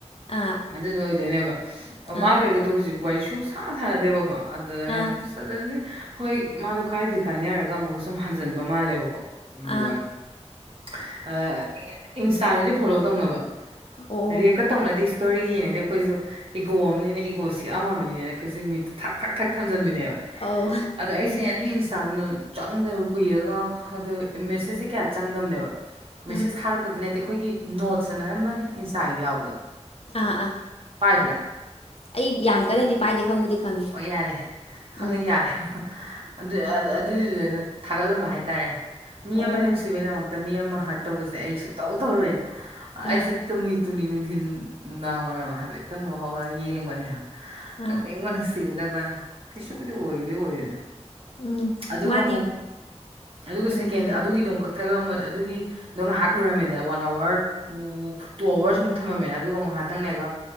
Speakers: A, on the left; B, on the right.
A: ꯑꯥ
B: ꯑꯗꯨꯗꯣ ꯑꯣꯏꯗꯣꯏꯅꯦꯕ ꯑꯣ
A: ꯑꯥ
B: ꯃꯥꯒ ꯑꯩꯒꯗꯣ ꯍꯧꯖꯤꯛ ꯋꯥꯔꯤ ꯁꯨꯛ ꯁꯥꯟ ꯁꯥꯟꯅꯗꯦꯕꯀꯣ ꯑꯗꯨꯗ
A: ꯑꯥ
B: ꯌꯥꯝ ꯁꯗꯟꯂꯤ ꯍꯣꯏ ꯃꯥꯗꯣ ꯀꯥꯏꯕꯨꯗꯤ ꯀꯥꯏꯅꯔꯒ ꯑꯃꯨꯛꯀ ꯁꯨꯝ ꯍꯟꯖꯟꯕ ꯃꯥꯜꯂꯦꯕꯀꯣ <unintelligible>
A: ꯑꯥ
B: ꯏꯟꯁꯇꯥꯗꯗꯤ ꯐꯣꯂꯣ ꯇꯧꯅꯕ
A: ꯑꯣ
B: ꯔꯤꯑꯦꯛꯀ ꯇꯧꯅꯗꯤꯁ <unintelligible> ꯑꯩꯈꯣꯏꯁꯨ ꯏꯒꯣ ꯑꯃꯅꯤꯅ ꯏꯒꯣ ꯁꯤꯛꯑꯝꯃꯅꯤꯅ ꯑꯩꯈꯣꯏꯁꯨꯅꯦ ꯃꯌꯨꯠꯇ ꯊꯥꯛ ꯊꯥꯛ ꯊꯥꯛ ꯊꯝꯖꯤꯟꯕꯤꯅꯦꯕ
A: ꯑꯧ
B: ꯑꯗ ꯑꯩꯁ ꯁꯦ ꯑꯗꯨꯒꯤ ꯏꯟꯁꯇꯥꯗꯨꯅ ꯆꯪꯗꯅ ꯀꯨꯏꯔꯒ ꯑ ꯃꯦꯁꯦꯁꯁꯦ ꯀꯌꯥ ꯆꯪꯗꯝꯕꯅꯦꯕ ꯃꯦꯁꯦꯁ
A: ꯎꯝ
B: ꯊꯥꯔꯛꯄꯗꯤ ꯅꯠꯇꯦ ꯑꯩꯈꯣꯏꯒꯤ ꯅꯣꯠꯁ ꯑꯅꯝꯅ ꯏꯟꯁꯇꯥꯒꯤꯗ ꯌꯥꯎꯕꯗꯣ
A: ꯑꯥ ꯑꯥ
B: ꯄꯥꯏꯕ꯭ꯔꯥ
A: ꯑꯩ ꯌꯥꯝ ꯀꯟꯅꯗꯤ ꯄꯥꯏꯗꯦ ꯈꯪꯕꯨꯗꯤ ꯈꯪꯉꯦ
B: ꯍ ꯌꯥꯔꯦ ꯈꯪꯉꯗꯤ
A: ꯎꯝ
B: ꯌꯥꯔꯦ ꯑꯗꯨ ꯑꯗꯨꯗꯨꯅ ꯊꯥꯒꯠꯂꯝꯕ ꯍꯥꯏꯇꯥꯔꯦ ꯃꯤ
A: ꯑꯣ
B: ꯑꯃ ꯅꯨꯡꯁꯤꯕꯩꯗꯃꯛꯇ ꯃꯤ ꯑꯃ ꯍꯥꯔꯠ ꯇꯧꯕꯁꯦ ꯑꯩ ꯁꯨꯛꯇꯧ ꯇꯧꯔꯣꯏꯅ ꯑꯩꯁꯦ
A: ꯑꯥ
B: ꯇꯨꯝꯂꯤ ꯇꯨꯝꯅꯤ ꯅꯨꯡꯊꯤꯟ ꯅꯨꯡꯗꯥꯡ ꯋꯥꯏꯔꯝ ꯍꯥꯏꯐꯦꯠ ꯇꯨꯝꯃꯨ ꯔ ꯍꯧꯒꯠꯂꯒ ꯌꯦꯡꯕꯅꯦ ꯅꯣꯛꯅꯤꯡꯕꯅ
A: ꯑꯥ
B: ꯁꯤꯒꯦ ꯇꯧꯖꯥꯠꯅꯤ ꯀꯩꯁꯨꯕꯨꯗꯤ ꯑꯣꯏꯕꯨꯗꯤ ꯑꯣꯏꯔꯣꯏꯗ
A: ꯎꯝ
B: ꯑꯗꯨꯒ
A: ꯃꯥꯗꯤ
B: ꯑꯃꯨꯛ ꯑꯗꯨꯒ
A: ꯎꯝ
B: ꯁꯦꯀꯦꯟ
A: ꯍꯥꯏꯔꯛꯑꯣ
B: ꯑꯗꯨꯒꯤꯗꯣ ꯑꯃꯨꯛ ꯀꯛꯊꯔꯒ <unintelligible> ꯑꯗꯨꯒꯤ ꯑꯗꯣ ꯉꯥꯏꯍꯥꯛ ꯎꯔꯝꯃꯦꯅ ꯋꯥꯟ ꯑꯋꯥꯔ ꯎꯝ ꯇꯨ ꯑꯋꯥꯔꯁꯃꯨꯛ ꯊꯝꯃꯝꯃꯦꯅ ꯑꯗꯨꯒ ꯑꯃꯨꯛ ꯉꯥꯇꯪ ꯂꯩꯔꯒ